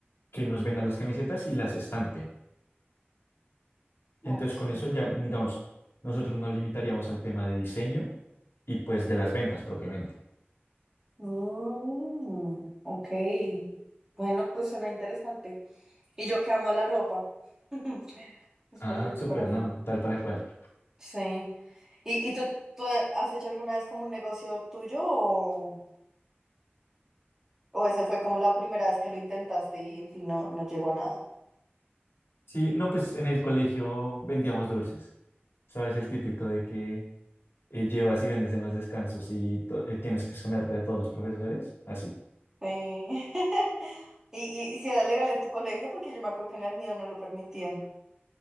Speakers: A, on the left; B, on the right.
A: que nos venda las camisetas y las estampe. Y
B: Ok.
A: entonces con eso ya, digamos, nosotros nos limitaríamos al tema de diseño y pues de las ventas propiamente.
B: Mm, ok. Bueno, pues suena interesante. Y yo que amo la ropa. <laughs> Es
A: Ah,
B: perfecto
A: súper,
B: para mí.
A: no, tal para cual.
B: Sí. ¿Y, y tú, tú has hecho alguna vez como un negocio tuyo o, o ese fue como la primera vez que lo intentaste y en fin no, no llegó a nada?
A: Sí, no, pues en el colegio vendíamos dulces. Sabes, el típico de que eh, llevas y vendes en los descansos y to- eh, tienes que esconderte de todos los profesores. Así.
B: Sí. <laughs> Y, y, y si era legal en tu colegio, porque yo me acuerdo que en el mío no lo permitían.